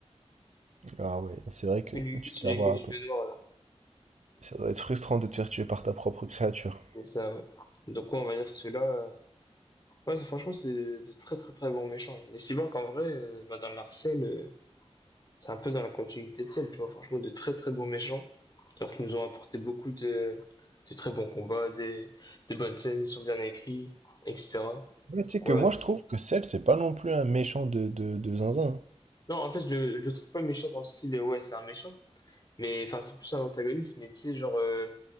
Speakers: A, on the right (about 85°); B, on the left (about 35°).
A: Ah ouais, c'est vrai que
B: Celui, qui-
A: tu te
B: celui
A: fais avoir
B: avec les cheveux
A: à toi.
B: noirs, là.
A: Ça doit être frustrant de te faire tuer par ta propre créature.
B: C'est ça, ouais. Donc, ouais, on va dire que ceux-là... euh, Ouais, c'est- franchement, c'est de très, très, très bons méchants. Les cyborgs, en vrai, euh, bah, dans l'arcel euh, c'est un peu dans la continuité de celle, tu vois, franchement, de très très bons méchants, alors qu'ils nous ont apporté beaucoup de, de très bons combats, des, des bonnes scènes, ils sont bien écrits, etc.
A: Ouais, tu
B: Donc,
A: sais que
B: ouais.
A: moi, je trouve que Cell, c'est pas non plus un méchant de, de, de zinzin. hein.
B: Non, en fait, je le, je le trouve pas méchant dans le style, euh, ouais, c'est un méchant, mais enfin, c'est plus un antagoniste, mais tu sais, genre, euh,